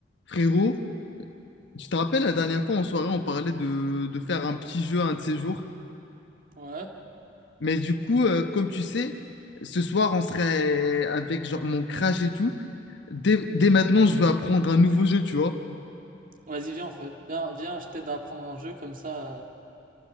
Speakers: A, on the left; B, on the right.
A: Frérot, tu te rappelles la dernière fois en soirée, on parlait de, de faire un petit jeu un de ces jours.
B: Ouais.
A: Mais du coup, euh, comme tu sais, ce soir, on serait avec genre mon crash et tout. Dès, dès maintenant, je veux apprendre un nouveau jeu, tu vois.
B: Vas-y, viens, on fait. Viens, viens, je t'aide à apprendre un jeu comme ça. euh,